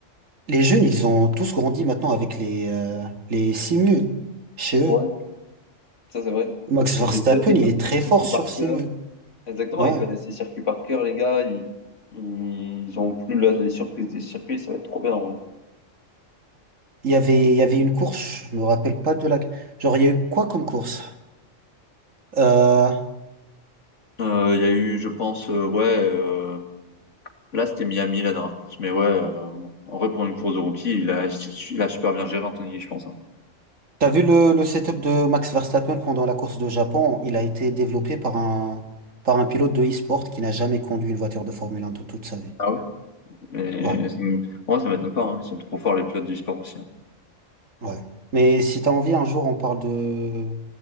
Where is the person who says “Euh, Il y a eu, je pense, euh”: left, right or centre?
Left